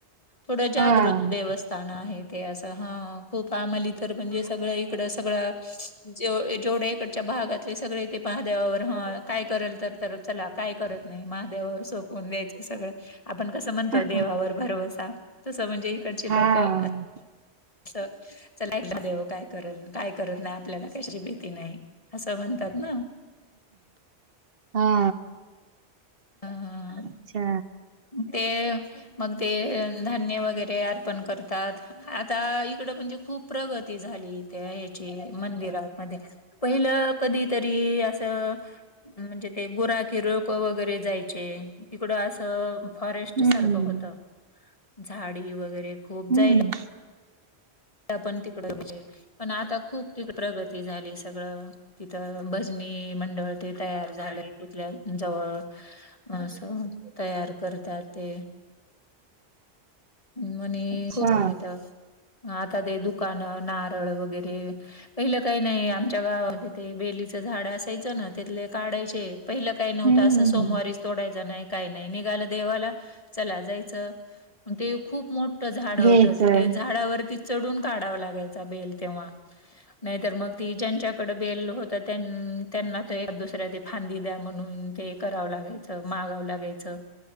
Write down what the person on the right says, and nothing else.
हां.
हां.
हां.
हा
अच्छा
हम्म.
हम्म.
अच्छा.
हम्म.
घ्यायचं.